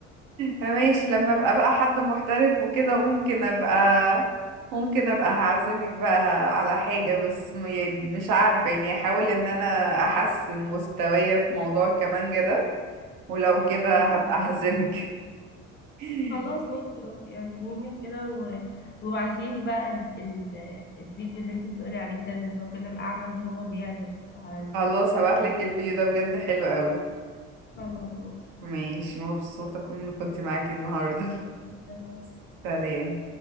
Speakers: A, on the right; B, on the left.
A: ماشي لما ابقى بقى حد محترف وكده ممكن ابقى ممكن ابقى هعزمك بقى على حاجة بس م- يعني مش عارفة يعني احاول ان انا احسن مستوايا في موضوع الكمانجة ده ولو كده
B: مم.
A: هبقى اعزمك <laughs>
B: خلاص ماشي أب- اعزميني وكده و... وبعتيلي بقى ال... ال... الفيديو اللي انت بتقولي عليه ده للراجل الاعمى اللي هو بيعزف على
A: خلاص هبعتلك
B: الفون
A: الفيديو ده بجد حلو قوي
B: خلاص ماشي
A: ماشي مبسوطة كن- كنت معاكي النهاردة
B: ماشي.
A: <laughs> سلام